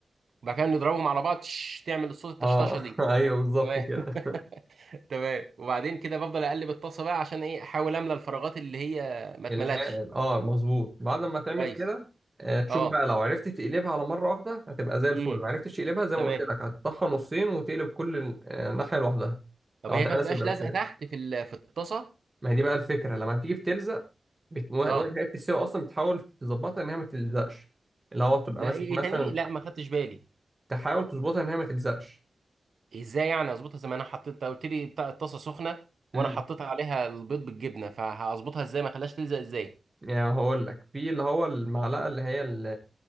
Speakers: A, on the right (about 60°); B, on the right (about 20°).
A: وبعد كده نضربهم على بعض تش تعمل الصوت الطشطشه
B: أه <laughs>
A: دي
B: أيوه بالظبط
A: تمام
B: كده
A: <laughs> تمام وبعدين كده بفضل اقلب الطاسه بقى عشان ايه احاول املى الفراغات اللي هي ما اتملتش
B: الحقن أه مظبوط بعد ما تعمل
A: كويس
B: كده آه، تشوف
A: اه
B: بقى لو عرفت تقلبها على مرة واحدة هتبقى زي الفل
A: امم
B: ما عرفتش تقلبها زي
A: تمام
B: ما قلت لك هتطحن نصين وتقلب كل آه، ناحية لوحدها
A: طب
B: لو
A: هي
B: هتعملها
A: كانت بتبقاش
B: سندوتشات
A: لازقه تحت في ال... في الطاسه
B: ما هي دي بقى الفكرة لما بتيجي بتلزق بت... وهي
A: اه
B: بتستوي أصلا بتحاول تظبطها إن هي ما تلزقش اللي هو تبقى
A: لا
B: ماسك
A: ايه إيه
B: مثلا
A: تاني لا ما خدتش بالي
B: تحاول تظبطها إن هي ما تلزقش
A: ازاي يعني اظبطها زي ما انا حطيت أنت قلت لي بتاع الطاسه سخنه
B: مم.
A: وانا حطيت عليها البيض بالجبنه فهظبطها ازاي ما خلاش تلزق ازاي
B: يعني هقول لك في اللي هو المعلقه اللي هي ال-